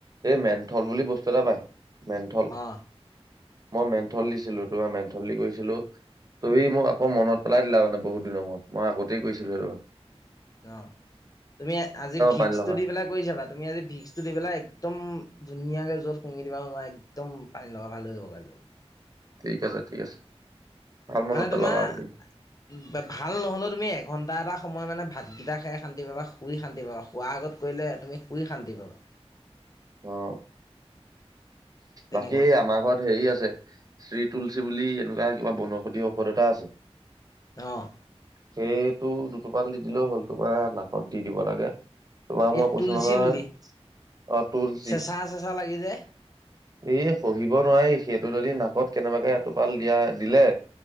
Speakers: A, on the right; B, on the left.
A: এই মেন্থল বুলি বস্তু এটা পায় মেন্থল।
B: অ
A: মই মেন্থল দিছিলো তোমাৰ মেন্থল দি কৰিছিলোঁ। তুমি মোক আকৌ মনত পেলাই দিলা মানে বহুত দিনৰ মূৰত মই আগতেই গৈছিলো এনেকুৱা
B: অ তুমি আজি ভিক্সটো
A: পানী লগা
B: দি পেলাই কৰিছাবা তুমি আজি ভিক্সটো দি পেলাই একদম ধুনীয়াকে জত শুঙি দিবা ন একদম পানী লগা ভাল হৈ যাব ক
A: ঠিক আছে ঠিক আছে ভাল মনত
B: মানে
A: পেলালা
B: তোমাৰ
A: তুমি
B: ভাল নহলেও তুমি এক এঘণ্টা এটা সময় মানে ভাতকেইটা খাই শান্তি পাবা শুই শান্ত পাবা শোৱাৰ আগত কৰিলে তুমি শুই শান্তি পাবা
A: অ
B: তেনেকুৱা
A: বাকী আমাৰ ঘৰত হেৰি আছে শ্ৰী তুলসী বুলি এনেকুৱা কিবা বনৌষধি ঔষধ এতা আছে।
B: অ',
A: সেইটো দুটোপাল দি দিলেও হ'ল তোমাৰ নাকত দি দিব লাগে। তোমাক
B: এই
A: মই কৈছো
B: তুলসী
A: নহয়
B: বুলি
A: অ তুলচী
B: চেঁচা চেঁচা লাগি যায়
A: এ পহিবব নোৱাৰি সেইটো যদি নাক কত কেনেবাকে এটোপাল দিয়া দিলে